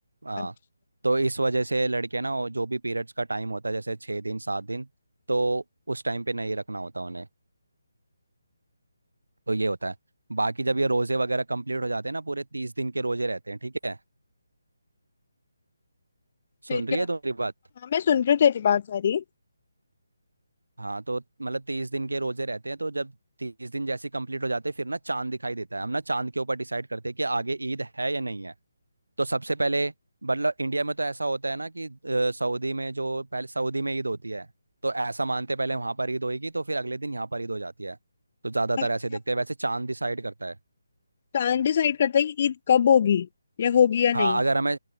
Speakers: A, on the right (about 85°); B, on the left (about 40°).
A: हाँ
B: अच्छा
A: तो इस वजह से लड़के ना वो जो भी पीरियड्स का टाइम होता है जैसे छः दिन सात दिन तो उस टाइम पे नहीं रखना होता उन्हें तो ये होता है बाकी जब ये रोजे वगैरह कंप्लीट हो जाते हैं ना पूरे तीस दिन के रोजे रहते हैं ठीक है
B: फिर
A: सुन
B: क्या
A: रही है
B: होता
A: तो मेरी
B: है
A: बात
B: हाँ मैं सुन रही हूँ तेरी बात सारी
A: हाँ तो मतलब तीस दिन के रोजे रहते हैं तो जब तीस दिन जैसे कंप्लीट हो जाते हैं फिर ना चांद दिखाई देता है हम ना चांद के ऊपर डिसाइड करते हैं कि आगे ईद है या नहीं है तो सबसे पहले मतलब इंडिया में तो ऐसा होता है ना कि अ, सऊदी में जो पहले सऊदी में ईद होती है तो ऐसा मानते हैं पहले वहां पर ईद होगी तो फिर अगले दिन यहाँ पर ईद हो जाती है तो ज्यादातर
B: अच्छा
A: ऐसे देखते हैं वैसे चांद डिसाइड करता है
B: चांद डिसाइड करता है कि ईद कब होगी या होगी या
A: हाँ
B: नहीं
A: अगर हमें